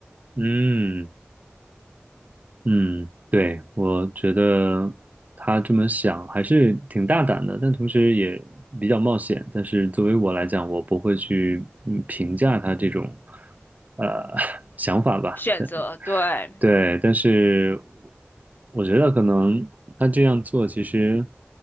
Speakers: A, on the right; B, on the left.
A: 嗯。嗯，对，我觉得他这么想还是挺大胆的，但同时也比较冒险。但是作为我来讲，我不会去嗯评价他这种呃 <laughs> 想法吧。
B: 选择，
A: 但
B: 对，
A: 对，但是我觉得可能他这样做其实